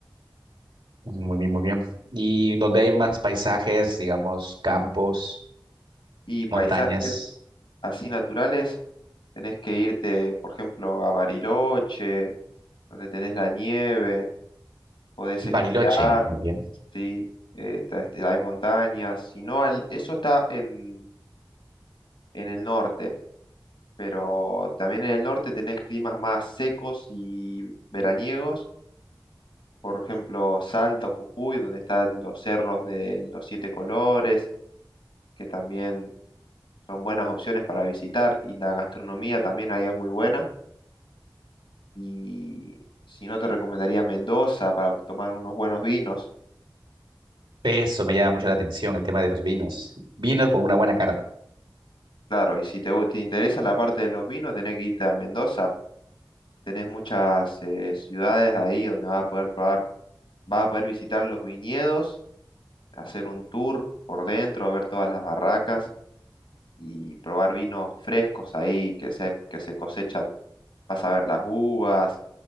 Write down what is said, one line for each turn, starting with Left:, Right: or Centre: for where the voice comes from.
Right: Muy bien, muy bien. Y donde hay más paisajes, digamos, campos,
Left: y paisajes
Right: montañas,
Left: así naturales. Tenés que irte, por ejemplo, a Bariloche, donde tenés la nieve. Podés
Right: Bariloche,
Left: esquiar,
Right: muy bien.
Left: sí, eh, ta- este, hay montañas, si no, al- eso está en, en el norte, pero también en el norte tenés climas más secos y veraniegos, por ejemplo, Salta o Jujuy, donde están los cerros de los siete colores, que también son buenas opciones para visitar, y la gastronomía también ahí es muy buena, y si no, te recomendaría Mendoza para tomar unos buenos vinos.
Right: Eso me llama mucho la atención, el tema de los vinos. Vinos con una buena carne.
Left: Claro, y si te, gu- te interesa la parte de los vinos, tenés que irte a Mendoza. Tenés muchas eh, ciudades ahí donde vas a poder probar, vas a poder visitar los viñedos, hacer un tour por dentro, ver todas las barracas y probar vinos frescos ahí que se, que se cosechan. Vas a ver las uvas,